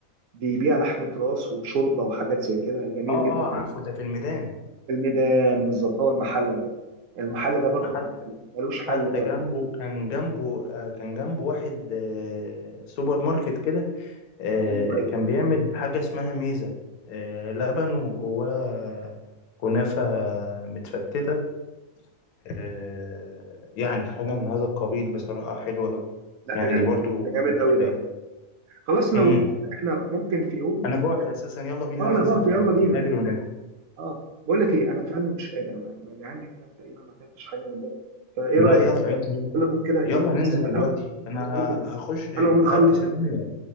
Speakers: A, on the right; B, on the left.
A: بيبيع لحمة راس وشوربة وحاجات زي كده جميل
B: اه
A: جدا
B: اه عارفه ده في الميدان
A: الميدان بالظبط هو المحل ده المحل ده برضو
B: حتى
A: ما- ملوش
B: حتى
A: حل برضو
B: جنبه كان جنبه آه، كان جنبه واحد آه، سوبر ماركت كده آه،
A: ايوه ايوه
B: كان بيعمل حاجه اسمها ميزه آه، لبن وجواه كنافه متفتته آه، يعني حاجه من هذا القبيل بصراحه حلوه قوي
A: لا
B: يعني
A: ده جامد
B: برضو
A: ده
B: من
A: جامد
B: التحليه
A: قوي ده خلاص لو
B: امم
A: احنا ممكن في يوم
B: انا جوعت اساسا يلا بينا
A: اه
B: ننزل
A: انا جوعت يلا
B: آه، نتقابل
A: بينا يعني
B: وناكل
A: اه بقول لك ايه انا فعلا مش قادر انا انا جعان جدا تقريبا ما اكلتش حاجه من بره فايه
B: لا
A: رايك
B: يلا يلا يلا
A: يلا نقوم كده ايه
B: يلا
A: نحسب
B: ننزل
A: على
B: دلوقتي
A: القهوه
B: انا
A: انا
B: ه-
A: ننزل
B: هخش إيه،
A: انا ومن
B: هلبس
A: خلص
B: هدومي